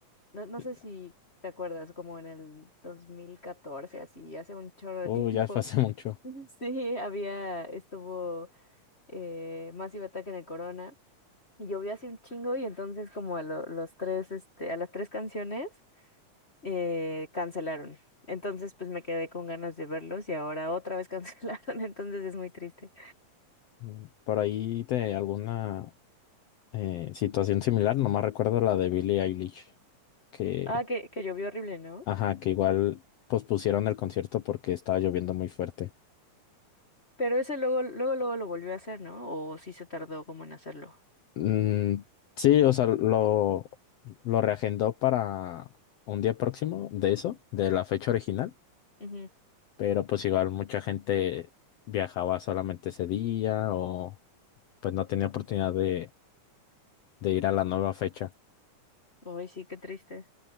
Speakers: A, on the left; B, on the left.
A: No, no
B: Y-
A: sé si te acuerdas, como en el 2014, así, hace un chorro de
B: Oh,
A: tiempo.
B: ya fue hace
A: <laughs>
B: <laughs> mucho.
A: Sí, había, estuvo eh, Massive Attack en el Corona. Y llovió hace un chingo y entonces como a lo- los tres, este, a las tres canciones eh, cancelaron. Entonces pues me quedé con ganas de verlos y ahora otra vez <laughs> cancelaron, entonces es muy triste.
B: Mm, Por ahí de alguna eh, situación similar, nomás recuerdo la de Billie Eilish, que,
A: Ah, que, que llovió horrible, ¿no?
B: ajá, que igual pospusieron el concierto porque estaba lloviendo muy fuerte.
A: Pero ese luego, luego, luego lo volvió a hacer, ¿no? O sí se tardó como en hacerlo.
B: Mm, sí, o sea, lo, lo reagendó para un día próximo de eso, de la fecha original,
A: Ujú.
B: pero pues igual mucha gente viajaba solamente ese día o pues no tenía oportunidad de, de ir a la nueva fecha.
A: Ay, sí, qué triste.